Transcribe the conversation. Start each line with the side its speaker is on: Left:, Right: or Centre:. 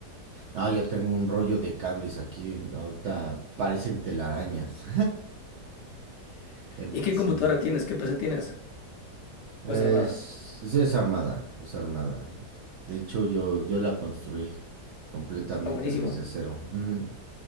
Right: Ah, yo tengo un rollo de cables aquí. Ahorita parecen telarañas. <laughs> Er,
Left: ¿Y qué
Right: sí.
Left: computadora tienes? ¿Qué PC tienes?
Right: Es,
Left: ¿O es armada?
Right: es, es armada, es armada. De hecho, yo, yo la construí completamente
Left: Ah, buenísimo.
Right: desde cero. Ujú.